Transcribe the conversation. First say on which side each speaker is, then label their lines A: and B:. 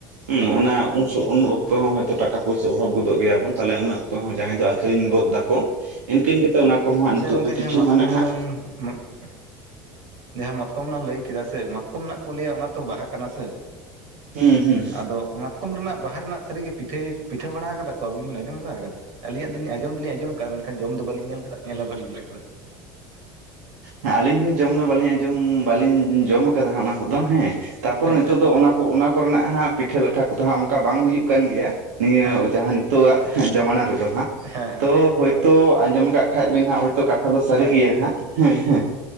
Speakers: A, on the right; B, on the right.
A: ᱦᱸ ᱚᱱᱟ
B: ᱦᱳᱭ ᱦᱳᱭ
A: ᱥᱚ ᱩᱱ ᱚᱠᱛᱚ ᱦᱚᱸ ᱦᱚᱳᱭᱛᱚ ᱴᱟᱠᱟ ᱯᱚᱭᱥᱟᱹ ᱚᱵᱷᱟᱵ ᱜᱚᱫᱚᱜ ᱜᱮᱭᱟᱵᱚᱱ ᱛᱟᱦᱚᱞᱮ ᱩᱱ ᱚᱠᱛ ᱦᱚᱸ ᱡᱟᱦᱟᱸᱭ ᱫᱚ ᱟᱹᱠᱷᱨᱤᱧ ᱜᱚᱫ ᱫᱟᱠᱚ, ᱤᱱᱠᱤᱱ ᱜᱮᱛᱚ ᱚᱱᱟ ᱠᱚᱸᱦᱟᱜ
B: ᱟᱪᱪᱷᱟ
A: ᱱᱤᱛᱚᱜ
B: ᱜᱚᱝᱠᱮ
A: ᱫᱚ ᱠᱤᱪᱷᱩ
B: ᱡᱟᱦᱟᱸ ᱢᱟᱛᱠᱚᱢ
A: ᱢᱚᱱᱮ ᱦᱟᱜ
B: <inaudible> ᱡᱟᱦᱟᱸ ᱢᱟᱛᱠᱚᱢ ᱞᱟᱝ ᱞᱟᱹᱭ ᱠᱮᱫᱟ ᱥᱮ ᱢᱟᱛᱠᱚᱢ ᱱᱟᱜ ᱠᱚ ᱞᱟᱹᱭᱟ ᱚᱱᱟ ᱛᱚ ᱵᱟᱦᱟ ᱠᱟᱱᱟ ᱥᱮ,
A: ᱦᱩᱸ, ᱦᱩᱸ,
B: ᱟᱫᱚ ᱢᱟᱛᱠᱚᱢ ᱨᱮᱱᱟᱜ ᱵᱟᱦᱟ ᱨᱮᱱᱟᱜ ᱥᱟᱹᱨᱤᱜᱮ ᱯᱤᱴᱷᱟᱹᱭ ᱯᱤᱴᱷᱟᱹ ᱵᱟᱲᱟ ᱟᱠᱟᱫᱟ ᱠᱚ ᱟᱵᱤᱱ ᱵᱤᱱ ᱟᱸᱡᱚᱢ ᱵᱟᱲᱟ ᱟᱠᱟᱫᱟ? ᱟᱹᱞᱤᱧᱟᱜ ᱫᱚᱞᱤᱧ ᱟᱸᱡᱚᱢ ᱫᱚᱞᱤᱧ ᱟᱸᱡᱚᱢ ᱟᱠᱟᱫᱟ ᱢᱮᱱᱠᱷᱟᱱ ᱡᱚᱢ ᱫᱚ ᱵᱟᱹᱞᱤᱧ ᱧᱮᱞ ᱠᱮᱫᱟ ᱧᱮᱞ ᱦᱚᱸ ᱵᱟᱹᱞᱤᱧ ᱧᱮᱞ ᱟᱠᱟᱫᱟ᱾
A: ᱦᱮᱸ ᱟᱹᱞᱤᱧ ᱦᱚᱸ ᱡᱚᱢ ᱫᱚ ᱵᱟᱹᱞᱤᱧ ᱟᱸᱡᱚᱢ ᱵᱟᱹᱞᱤᱧ ᱡᱚᱢ ᱠᱟᱫᱟ ᱦᱟᱸᱜ ᱚᱱᱟ ᱠᱚᱫᱚ ᱦᱮᱸ ᱛᱟᱨᱯᱚᱨᱮ
B: ᱟᱪᱪᱷᱟ
A: ᱱᱤᱛᱚᱜ ᱫᱚ ᱚᱱᱟ ᱚᱱᱟ ᱠᱚᱨᱮᱱᱟᱜ ᱦᱟᱸᱜ ᱯᱤᱴᱷᱟᱹ ᱞᱟᱴᱷᱟ ᱠᱚᱫᱚ ᱦᱟᱹᱜ ᱚᱱᱠᱟ ᱵᱟᱝ ᱦᱩᱭᱩᱜ ᱠᱟᱱ ᱜᱮᱭᱟ ᱱᱤᱭᱟᱹ
B: ᱦᱮᱸ ᱦᱮᱸ
A: ᱡᱟᱦᱟᱸ ᱛᱳᱣᱟᱜ ᱡᱟᱢᱟᱱᱟ ᱨᱮᱫᱚ ᱦᱟᱸᱜ
B: ᱦᱮᱸ ᱦᱮᱸ
A: ᱛᱚ ᱦᱳᱭᱛᱳ ᱟᱸᱡᱚᱢ ᱠᱟᱜ ᱠᱷᱟᱡ ᱵᱤᱱ ᱦᱟᱸᱜ ᱦᱭᱛᱚ ᱠᱟ ᱛᱷᱟ ᱫᱚ ᱥᱟᱹᱨᱤ
B: ᱟᱪᱪᱷᱟ
A: ᱜᱮᱭᱟ
B: ᱟᱪᱪᱷᱟ
A: ᱦᱟᱸᱜ᱾ ᱦᱮᱸ, ᱦᱮᱸ,